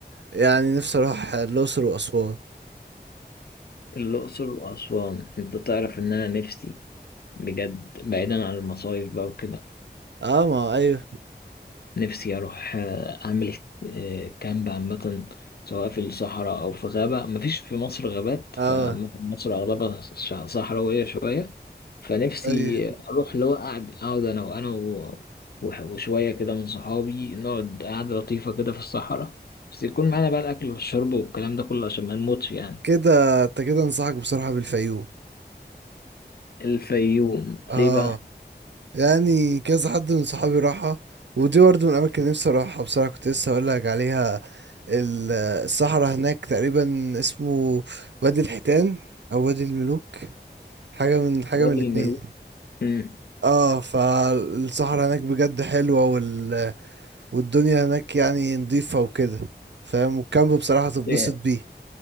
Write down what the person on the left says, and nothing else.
الأقصر وأسوان أنت تعرف إن أنا نفسي بجد بعيدا عن المصايف بقى وكده
نفسي أروح آه، أعمل آه، كامب عامة سواء في الصحراء أو في غابة مفيش في مصر غابات
فمصر أغلبها ش- صحراوية شوية فنفسي
أروح اللي هو أقعد أقعد أنا وأنا و- وح- وشوية كده من صحابي نقعد قعدة لطيفة كده في الصحراء بس يكون معانا بقى الأكل والشرب والكلام ده كله عشان ما نموتش يعني
الفيوم
ليه بقى؟
وادي
الملوك مم.
ده